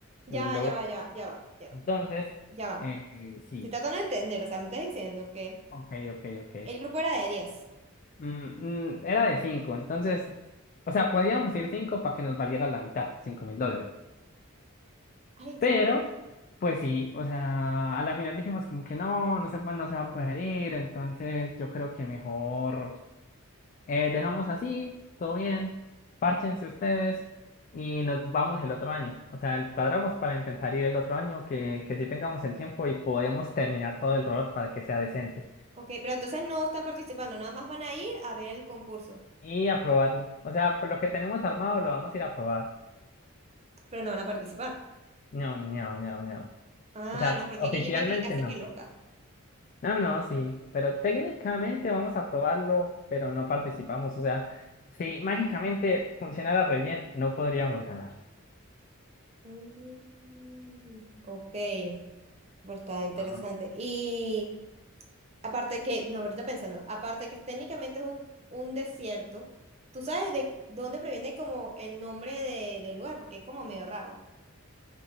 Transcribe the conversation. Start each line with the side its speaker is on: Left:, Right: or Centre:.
Right: Ya
Left: Lo
Right: va, ya
Left: veo.
Right: va, ya va, ya va, ya va,
Left: Entonces,
Right: ya va.
Left: eh, sí,
Right: Estoy tratando de entender, o sea, me estás diciendo que
Left: ok, ok, ok.
Right: el grupo era de 10.
Left: Mm, mm, era de cinco, entonces, o sea, podíamos ir cinco para que nos valiera la mitad, cinco mil dólares.
Right: Ay,
Left: Pero,
Right: Dios.
Left: pues sí, o sea, a la final dijimos como que no, no se, va- no se va a poder ir, entonces yo creo que mejor eh, dejamos así, todo bien, párchense ustedes y nos vamos el otro año. O sea, el- cuadramos para intentar ir el otro año, que, que sí tengamos el tiempo y podemos terminar todo el robot para que sea decente
Right: Ok, pero entonces no están participando, nada más van a ir a ver el concurso,
Left: y aprobarlo. O sea, pues lo que tenemos armado lo vamos a ir a probar.
Right: pero no van a participar.
Left: No, no, no, no.
Right: Ah,
Left: O sea,
Right: no, porque
Left: oficialmente
Right: es que yo me quedé casi
Left: no.
Right: que loca.
Left: No, no, sí, pero técnicamente vamos a probarlo, pero no participamos. O sea, si mágicamente funcionara re bien, no podríamos ganar.
Right: Mm, ok, pero está interesante.
Left: Ajá.
Right: Y aparte que, no, ahorita pensando, aparte que técnicamente es un, un desierto, ¿tú sabes de dónde proviene como el nombre de- del lugar? Porque es como medio raro.